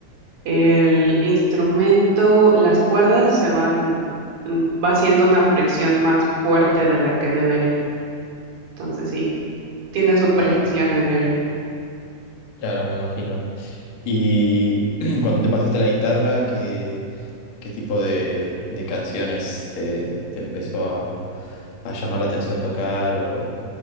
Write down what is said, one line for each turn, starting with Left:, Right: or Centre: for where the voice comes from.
Right: El instrumento, las cuerdas se van, mm, va haciendo una fricción más fuerte de la que debería. Entonces sí, tiene su precisión el violín.
Left: Claro, me imagino. Y <clears throat> cuando te pasaste a la guitarra, ¿qué, qué tipo de, de canciones te, te empezó a, a llamar la atención tocar o